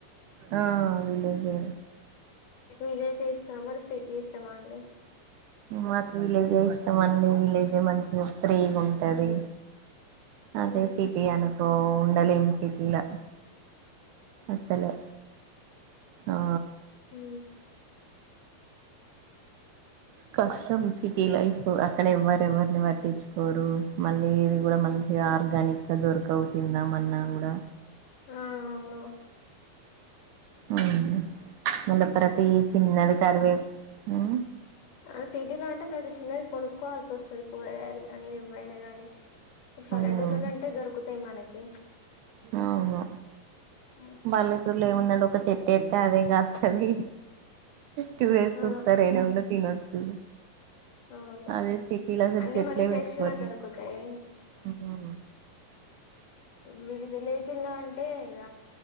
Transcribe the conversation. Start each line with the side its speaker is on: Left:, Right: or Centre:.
Right: ఆ విలేజే
Left: మీకు విలేజ్ ఇష్టమా మరి సిటీ ఇష్టమా అండి
Right: మాకు విలేజే ఇష్టం అండి విలేజే మంచిగా ఫ్రీగా ఉంటది అదే
Left: ఉహు,
Right: సిటీ అనుకో ఉండలేం సిటీలా అసలే ఆ
Left: ఉ
Right: కష్టం సిటీ లైఫ్ అక్కడ ఎవ్వరు ఎవ్వరిని పట్టించుకోరు మళ్ళీ ఇది కూడా మంచి చిగా ఆర్గానిక్గా దొరకవు తిందాం అన్నా కూడా
Left: ఆ అవును
Right: ఉ ములపరతి చిన్నది కారువే ఉ
Left: ఆ సిటీలో అంటే ప్రతి చిన్నది కొనుక్కోవాల్సి వస్తది కూరగాయలు గాని ఇవ్వైనా గాని పల్లెటూర్లోనే
Right: ఉమ్
Left: ఉంటే దొరుకుతాయి మనకి
Right: అవును
Left: ఉహు.
Right: బల్లెటూరులో ఏముందండి ఒక చెట్టు ఏత్తె అదే కాత్తది టూ డేస్
Left: ఆ
Right: కి ఒకసారి అయినా కూడా తినొచ్చు
Left: అవును
Right: అదే సిటీలా అసలు
Left: అన్ని
Right: చెట్లే
Left: మళ్ళీ ఫ్రెష్
Right: పెట్టుకోనివ్
Left: గా దొరుకుతాయి
Right: అయ్యో
Left: వి విలేజీల్లో అంటే ఇగ